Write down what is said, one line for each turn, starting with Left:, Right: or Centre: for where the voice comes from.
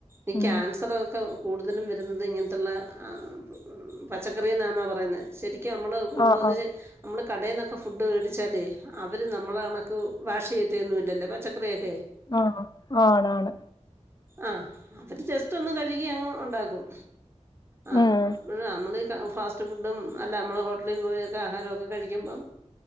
Right: ഈ
Left: ഉം
Right: ക്യാൻസറൊ ക്കെ കൂടുതലും വരുന്നത് ഇങ്ങനത്തുള്ള ആഹ് പച്ചക്കറി ന്നാന്നാ പറയുന്നത്. ശരിക്കും നമ്മള് കൊണ്ട്
Left: ആ
Right: വന്ന്
Left: ആ
Right: നമ്മള് കടെന്നൊക്കെ ഫുഡ് മേടിച്ചാലേ അവര് നമ്മളെ കണക്ക് വാഷ് ചെയ്യെന്നുല്ലല്ലോ. പച്ചക്കറിയൊക്കെ.
Left: ആഹ് ആണാണ്.
Right: ആഹ് അവര് ജസ്റ്റ് ഒന്ന് കഴുകി അങ്ങ് ഉണ്ടാക്കും. ആഹ്
Left: ഉം
Right: ഇപ്പോള് നമ്മളീ ഫാസ്റ്റ് ഫുഡും അല്ല നമ്മള് ഹോട്ടലിൽ പോയൊക്കെ ആഹാരക്കെ കഴിക്കുമ്പം